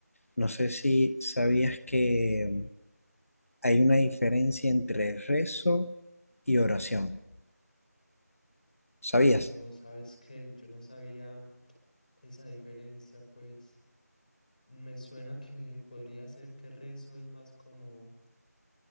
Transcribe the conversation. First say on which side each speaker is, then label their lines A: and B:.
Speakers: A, on the left; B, on the left.
A: No sé si sabías que Hay una diferencia entre rezo y oración. ¿Sabías?
B: no sabes que yo no sabía esa diferencia, pues. Me suena que podría ser que rezo es más como